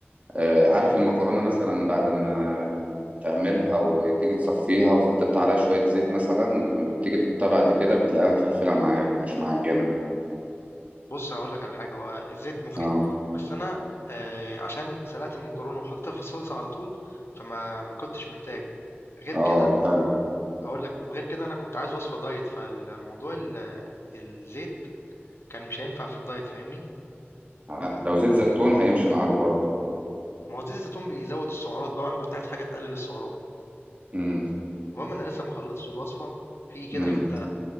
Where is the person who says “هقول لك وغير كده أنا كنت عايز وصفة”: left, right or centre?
Left